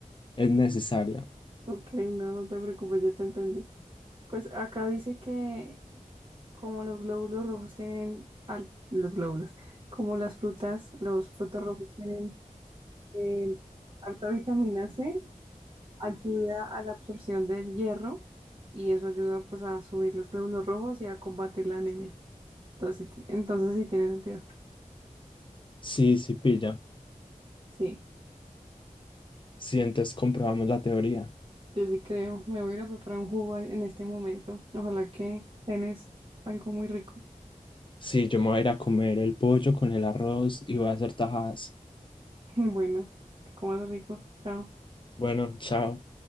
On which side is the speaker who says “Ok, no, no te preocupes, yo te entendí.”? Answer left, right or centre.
Right